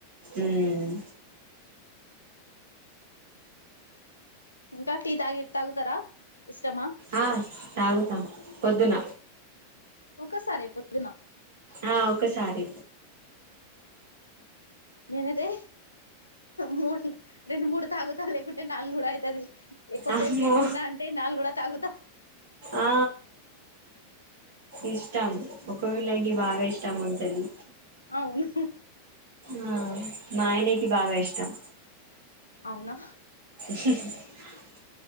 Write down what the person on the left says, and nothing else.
ఇంకా టీ తాగి తాగతారా ఇష్టమా
ఒక్కసారి పొద్దున
నేనది మూడు రెండు మూడు తాగుతా లేకుంటే నాలుగుడా అయితది ఎక్కువసేపు
మెల్కున్నా అంటే నాలుగు కూడా తాగుత
అవును
అవునా